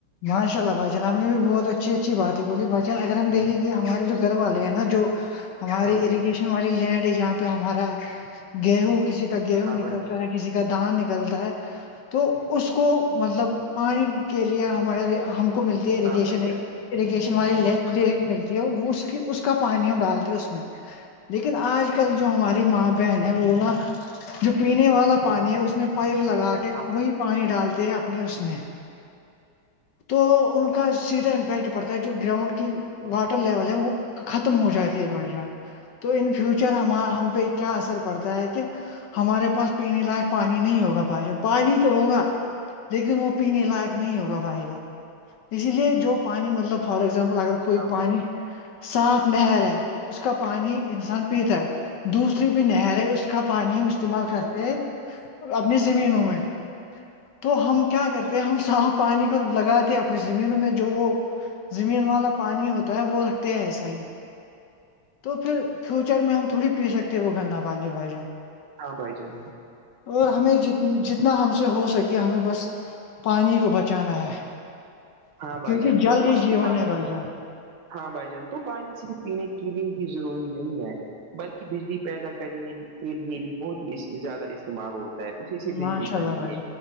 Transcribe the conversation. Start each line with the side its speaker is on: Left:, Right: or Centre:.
Left: ماشا اللہ بھائی جان آپ نے بھی بہت اچھی اچھی بات ہے بولی بائیان اگر ہم دیکیں گے ہمارے جو گھر والے ہیں نا جو ہماری
Right: ہاں بھائی
Left: اریگیشن
Right: جان
Left: والی لینڈ ہے جہاں پہ ہمارا گیہوں کسی کا گیہوں
Right: ہاں
Left: نکلتا
Right: بھائی جان
Left: ہے کسی کا دان نکلتا ہے تو اس کو مطلب پانی کے لیے ہمارے ہم کو ملتی ہے اریگیشن
Right: ہاں بھائی
Left: ایک
Right: جان
Left: اریگیشن والی لی ملتی ہے اس کی اس کا پانی ہم ڈالتے ہیں اس میں لیکن آج کل جو ہماری ماں بہن ہے وہ نا جو پینے والا پانی ہے اس میں پائپ لگا کے
Right: ہاں
Left: وہی پانی ڈالتے ہیں اپنے اس میں تو ان کا سیدھا امپیکٹ پڑتا ہے جو گراؤنڈ کی واٹر لیول ہے وہ ختم ہو جاتی ہے بھائی جان تو ان فیوچر ہم پہ کیا اثر پڑتا ہے کہ ہمارے پاس پینے لائق پانی نہیں ہوگا فائ جہ پانی
Right: ہاں
Left: تو ہوگا لیکن وہ پینے لائق نہیں ہوگا فائدہ اسی لیے جو پانی مطلب فار اگزامپل اگر کوئی
Right: ہاں
Left: پانی
Right: بھائی
Left: صاف نہر ہے اس کا پانی انسان پیتا ہے دوسری بھی نہر ہے اس کا پانی ہم استعمال کرتے
Right: ہاں بھائی
Left: ہیں اپنی زمینوں میں تو ہم کیا کرتے ہیں ہم صاف پانی کو لگاتے ہیں اپنی زمینوں میں جو وہ زمین والا پانی ہوتا ہے وہ رکھتے ہیں ایسا ہی تو پھر فیوچر میں ہم تھوڑی پی سکتے ہیں وہ گندا پانی بھائی جا
Right: ہاں بھائی جائے
Left: اور ہمیں جت جتنا ہم سے ہو سکے ہمیں بس پانی کو بچانا ہے
Right: ہاں
Left: کیونکہ
Right: بائی جان
Left: جل
Right: تو
Left: ہی
Right: م
Left: جیون
Right: کہ پ
Left: ہے بھائی جان
Right: ہاں بھائی جان تو پانی صرف پینے کے لیے ہی ضروری نہیں ہے بلکہ بجلی پیدا کرنے کے لئے بھی بہت ہی زیادہ استعمال ہوتی اسی سے بجلی
Left: ماشاء
Right: بنتی
Left: اللہ بھائی
Right: ہے